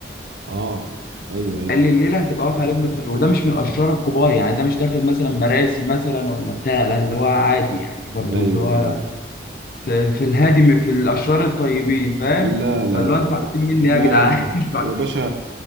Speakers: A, on the right; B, on the left.
A: اه ايوه ايوه
B: قال لي الليله هتبقى واقفه عليك ب 12 وده مش من الاشرار الكبار يعني ده مش داخل مثلا مراسي مثلا ولا بتاع ده اللي هو عادي يعني برضو
A: ايوه
B: اللي هو
A: ايوه
B: في, في الهادي في الاشرار الطيبين فاهم
A: لا لا
B: فاللي
A: لا
B: هو انتوا عايزين مني إيه
A: انا
B: يا جدعان <laughs>
A: يا باشا